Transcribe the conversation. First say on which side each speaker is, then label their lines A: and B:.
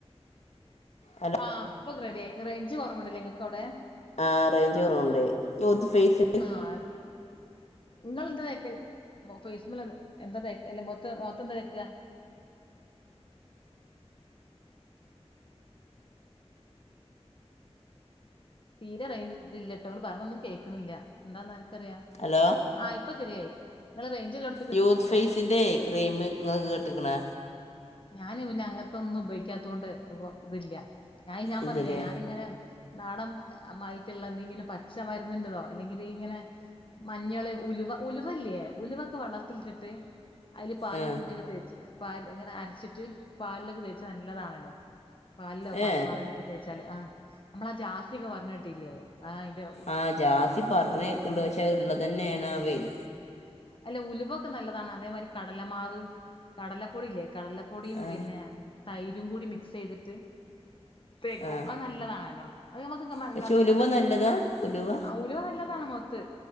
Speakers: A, on the left (about 85°); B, on the left (about 50°).
A: ഹലോ
B: ആഹ്, ഇപ്പൊ റെഡിയായി, റേഞ്ച് കൊറവ്ണ്ട്ല്ലേ ഇങ്ങക്ക് അവിടെ.
A: ആ റേഞ്ച് കൊറവ്ണ്ട്, <unintelligible> ഫെയിസ്
B: ആ എടുക്ക. ഇങ്ങളെന്താ തേക്കല് മൊ ഫെയ്സുമ്മൽ എന്താ തേക്ക് അല്ലാ മുഖത്ത്, മുഖത്ത് എന്താ തേക്ക്? തീരെ റെയി ഇതില്ലട്ടോ ഇങ്ങള് പറഞ്ഞൊന്നും കേൾക്ക്ണില്ല, എന്താന്നാര്ക്കറിയാം
A: ഹലോ
B: ആ ഇപ്പൊ ശരിയായി ഇങ്ങള് റേഞ്ച് ഇള്ളോട്
A: യൂത്ത് ഫേസിൻ്റെ ക്രീം ഇങ്ങള് കേട്ട്ക്ക്ണോ?
B: ഞാന് പിന്നെ അങ്ങെത്തൊന്നും ഉപയോഗിക്കാത്തുകൊണ്ട് ഇപ്പോ ഇതില്ല ഞാൻ ഞാന്
A: ഇതിലെ
B: പറഞ്ഞില്ലേ ഞാനിങ്ങനെ നാടൻ മായിറ്റ്ള്ള എന്തെങ്കിലും പച്ച മര്ന്നിന്റെതോ അല്ലെങ്കില് ഇങ്ങനെ മഞ്ഞള് ഉലുവ ഉലുവല്ലേ ഉലുവൊക്കെ വെള്ളത്തിൽ ഇട്ട്ട്ട് അയില് പാലും
A: ആ
B: കൂട്ടിയൊക്കെ തേച്ച് പാല് ഇങ്ങനെ അരച്ചിട്ട് പാലിലൊക്കെ തേച്ചാൽ നല്ലതാണല്ലോ. പാൽലോ
A: ഏ
B: പാൽപ്പാടേലൊക്കെ തേച്ചാല് ആ നമ്മള ആ ജാസിയക്കെ പറഞ്ഞേ കേട്ടില്ലേ ആ അയ്ന്റെ
A: ആ ജാസി പറഞ്ഞേക്ക്ണ്ട് പക്ഷേ അത് ഇള്ളതന്നെണാവെയ്
B: അല്ല ഉലുവൊക്കെ നല്ലതാണ് അതേമാരി കടലമാവ് കടലപ്പൊടില്ലേ കടല പ്പൊടിയും
A: ആ
B: പിന്നെ തൈരും കൂടി മിക്സെയ്തിട്ട് തേക്കും
A: ആ
B: അത് നല്ലതാണല്ലോ അത് നമുക്കൊക്കെ
A: പക്ഷെ ഉലുവ
B: <unintelligible>
A: നല്ലതാ ഉലുവ
B: ആ ഉലുവ നല്ലതാണ് മുഖത്ത്.